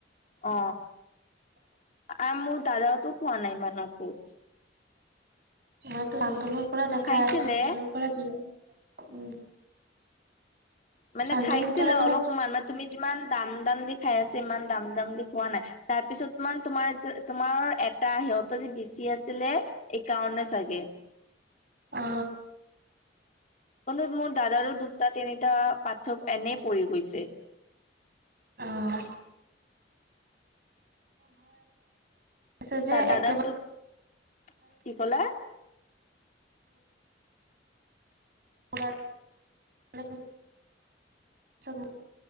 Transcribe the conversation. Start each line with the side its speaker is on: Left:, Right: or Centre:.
Left: অ আৰু মোৰ দাদাওতো খোৱা নাই ইমান ঔষধ,
Right: মইয়ো শান্তনুৰ পৰা দেখাই
Left: খাইছিলে
Right: আছো শান্তনুৰ পৰা যিমান উম,
Left: মানে
Right: শান্তনুৰ
Left: খাইছিলো
Right: পৰা মানে
Left: অলপমান মানে তুমি যিমান দাম - দাম দি খাই আছা ইমান দাম - দাম দি খোৱা নাই। তাৰপিছত মান তোমাৰ যে তোমাৰ এটা সিহঁত যে দিচি আছিলে এইকাৰণে চাগে।
Right: অ।
Left: তন্ত মোৰ দাদা আৰু দুটা - তিনিটা পাথৰ এনেই পৰি গৈছে
Right: অঁ। আছে যে
Left: তাৰ দাদাৰ
Right: একেবাৰে
Left: তো, কি ক'লা?
Right: পুনাৰ লে পিছ চত মো